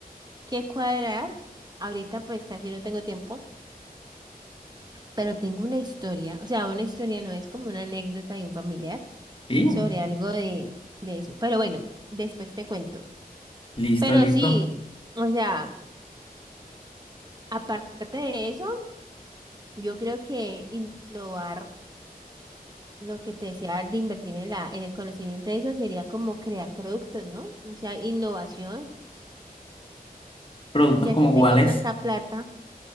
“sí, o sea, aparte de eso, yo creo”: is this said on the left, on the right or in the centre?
Right